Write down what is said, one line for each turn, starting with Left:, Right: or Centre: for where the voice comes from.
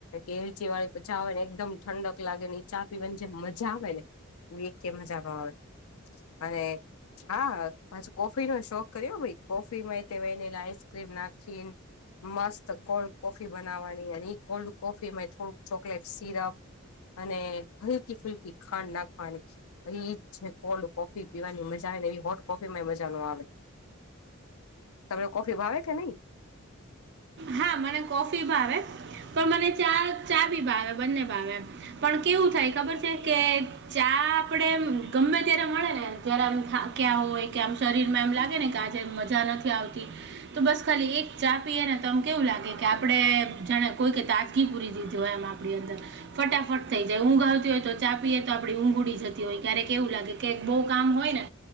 Left: કેલચી વાળી તો ચા ને એકદમ ઠંડક લાગે ને ચા પીની જે મજા આવે ને વ મજા ન આવે અને હાછ કોફી નો શોખ કર્યો ભાઈ કોફી માં વેનીિલા આઈસ્ક્રીમ નાખી મસ્ત કોલ્ડ કોફી બનાવવાની અને કોલ્ડ કોફીમાં થોડુંક ચોકલેટ સિરપ અને હલકી ફુલકી ખાંડ ના ખાવાની એરી ઈજ છે, કોલ્ડ કોફી પીવાની મજા આવે ને એવી હોટ કોફી માં મજા નો આવે તમ કોફી ભાવે કે નહી.
Right: હા મને કોફી ભાવે પણ મને ચા ચા ભી ભાવે બંને ભાવે પણ કેવું થાય ખબર છે, કે ચા આપડે ગમે ત્યારે મળે ને જય્યારેમ ક્યાં હોય, કે આમ શરીરમાં એમ લાગે ને કે આ મજા નથી આવતી તો બસ ખાલી એક ચા પીએ ને તોમ કેવું લાગે. કે આપણે જાણે કોઈક તાજગી પૂરી દીધી હોય એમ આપણી અંદર ફટાફટ થઈ જાય ઊંઘ આવતી હોય, તો ચાપીએ તો આપડી ઊંઘડી જતી હોય ક્યારે કેવું લાગે કેક બહુ કામ હોય, ને